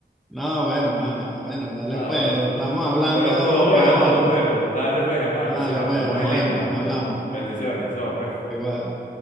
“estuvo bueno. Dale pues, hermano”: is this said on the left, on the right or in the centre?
Left